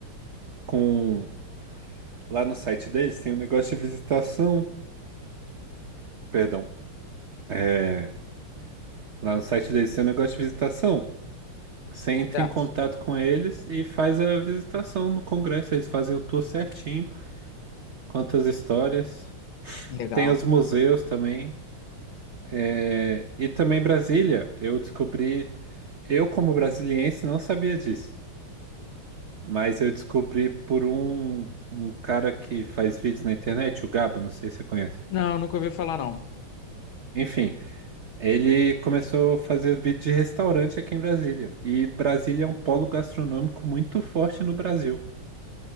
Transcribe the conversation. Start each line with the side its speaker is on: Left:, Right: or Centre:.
Right: com. Lá no site deles tem um negócio de visitação. Perdão. É... Lá no site deles tem um negócio de visitação. Você entra
Left: Certo.
Right: em contato com eles e faz a visitação no Congresso. Eles fazem o tour certinho. Quantas histórias.
Left: Legal.
Right: Tem os museus também. é, E também Brasília. Eu descobri, eu como brasiliense não sabia disso, mas eu descobri por um, um cara que faz vídeos na internet, o Gabo, não sei se você conhece.
Left: Não, nunca ouvi falar não.
Right: Enfim, ele começou a fazer os vídeos de restaurante aqui em Brasília. E Brasília é um polo gastronômico muito forte no Brasil.